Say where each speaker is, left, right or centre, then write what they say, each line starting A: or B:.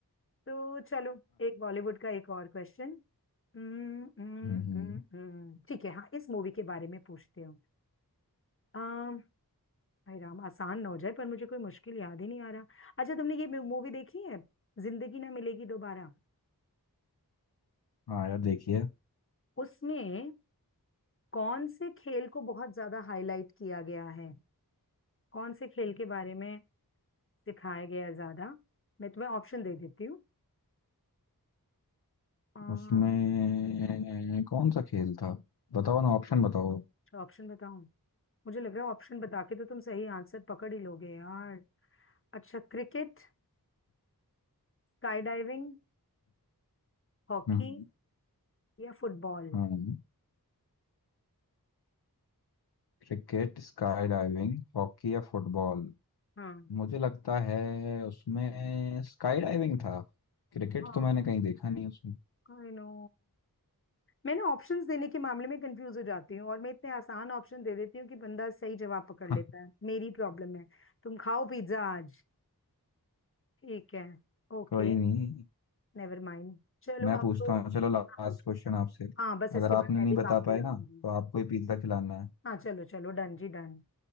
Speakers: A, on the left; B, on the left.
A: तो चलो एक बॉलीवुड का एक और क्वेश्चन हम्म हम्म,
B: हम्म
A: हम्म, हम्म। ठीक है हाँ इस मूवी के बारे में पूछते हो अम, भाई राम आसान ना हो जाए पर मुझे कोई मुश्किल याद ही नहीं आ रहा अच्छा तुमने ये मूवी देखी है जिंदगी ना मिलेगी दोबारा
B: हाँ यार देखिए
A: उसमें कौन से खेल को बहुत ज्यादा हाईलाइट किया गया है कौन से खेल के बारे में सिखाया गया है ज्यादा मैं तुम्हें ऑप्शन दे देती हूँ आ,
B: उसमें कौन सा खेल था बताओ ना ऑप्शन बताओ
A: अच्छा ऑप्शन बताऊं मुझे लग रहा है ऑप्शन बता के तो तुम सही आंसर पकड़ ही लोगे यार अच्छा क्रिकेट स्काई डाइविंग हॉकी
B: हम्म
A: या फुटबॉल
B: हम्म क्रिकेट स्काई डाइविंग हॉकी या फुटबॉल
A: हाँ
B: मुझे लगता है उसमें स्काई डाइविंग था क्रिकेट
A: हाँ
B: तो मैंने कहीं देखा नहीं उसमें
A: आई नो मैं ना ऑप्शंस देने के मामले में कंफ्यूज हो जाती हूँ और मैं इतने आसान ऑप्शन दे देती हूँ कि बंदा सही जवाब पकड़
B: <laughs>
A: लेता है मेरी प्रॉब्लम है तुम खाओ पिज्जा आज ठीक है ओके
B: कोई नहीं
A: नेवर माइंड चलो
B: मैं
A: अब
B: पूछता हूँ चलो लास्ट
A: आप पूछो
B: क्वेश्चन आपसे
A: हाँ बस इसके
B: अगर आपने
A: बाद मैं
B: नहीं
A: भी
B: बता
A: काम पे
B: पाए
A: लगूंगी
B: ना तो आपको
A: ठीक
B: ही पिज्जा खिलाना है
A: हाँ चलो चलो डन जी डन